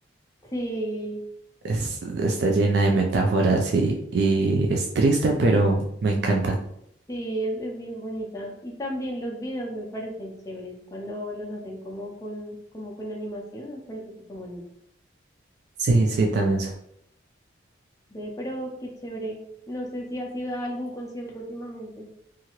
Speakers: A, on the left; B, on the right.
A: Sí.
B: es- está llena de metáforas y, y es triste, pero me encanta.
A: Sí, es, es bien bonita. Y también los videos me parecen chéveres. Cuando los hacen como con, como con animación, me parece que son bonitos.
B: Sí, sí, también. so-
A: Ve, pero qué chévere. No sé si has ido a algún concierto últimamente.